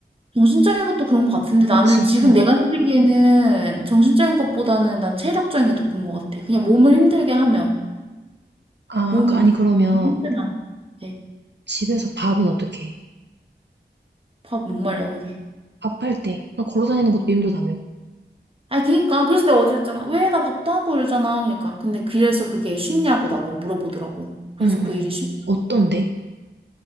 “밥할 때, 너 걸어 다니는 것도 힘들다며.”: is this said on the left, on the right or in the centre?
Right